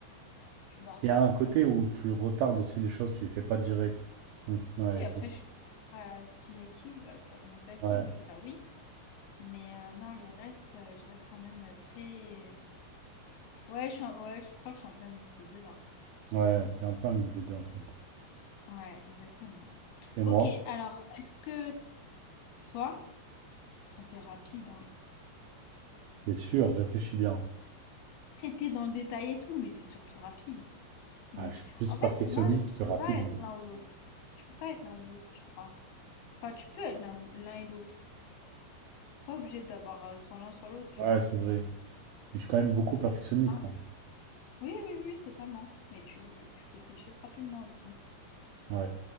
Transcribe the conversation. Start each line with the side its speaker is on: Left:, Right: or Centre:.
Left: tu vois.
Right: Parce qu'il y a un côté où tu retardes aussi les choses, tu les fais pas direct. Donc, ouais,
Left: Oui, après,
Right: donc,
Left: je suis procrastinative, là, je sais pas comment ça se
Right: ouais,
Left: dit, oui, ça, oui. Mais euh, non, le reste, euh, je reste quand même euh, très... Ouais, je suis un- ouais, je crois que je suis un peu un mix des deux, hein.
Right: ouais, t'es un peu un mix des deux en fait.
Left: Ouais, exactement.
Right: Et moi,
Left: Ok, alors, est-ce que toi, toi, t'es rapide, hein,
Right: c'est sûr, réfléchis bien.
Left: Après, t'es dans le détail et tout, mais t'es surtout rapide.
Right: Ah,
Left: Donc,
Right: je suis plus
Left: en
Right: perfectionniste
Left: fait, pour moi, tu
Right: que
Left: peux
Right: rapide.
Left: pas être
Right: mais-
Left: l'un ou l'autre. Tu peux pas être l'un ou l'autre, je crois. Enfin, tu peux être l'un ou- l'un et l'autre. Pas obligé d'avoir euh, soit l'un, soit l'autre, tu
Right: Ouais,
Left: vois.
Right: c'est vrai. Mais je suis quand même beaucoup perfectionniste.
Left: Hein,
Right: hein.
Left: tu- Oui, oui, oui, totalement. Mais tu, tu fais des choses rapidement aussi.
Right: Ouais,